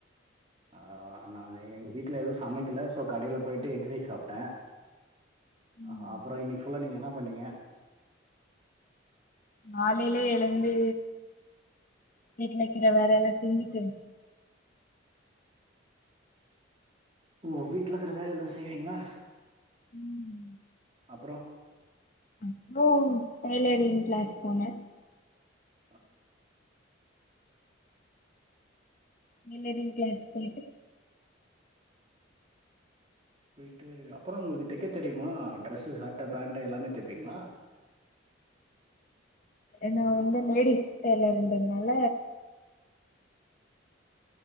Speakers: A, on the right; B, on the left.
A: ஆ நானு எங்க வீட்ல எது சமைக்கல சோ கடைல போயிட்டு எக் ரைஸ் சாப்ட
B: ம்
A: அ அப்புறோ இன்னிக்கு ஃபுல்லா நீங்க என்னப் பண்ணீங்க
B: நாலையிலே எழுந்து வீட்டுல இருக்கிற வேல எல்லா செஞ்சிட்டு
A: ஓ வீட்டுல இருக்கற வேல எல்லா செய்வீங்களா
B: ம்
A: அப்புறோ
B: ப்புறோ டைலரிங்க கிளாஸ் போனே
A: ஆ
B: தைலரிங் கிளாஸ் போய்ட்டு
A: போய்ட்டு அப்புறோ உங்களுக்கு தைக்க தெரியுமா ட்ரெஸ்ஸு சட்ட பேண்ட் எல்லாமே தப்பீங்களா
B: என்ன வந்து லேடீஸ் தைலரிங்னால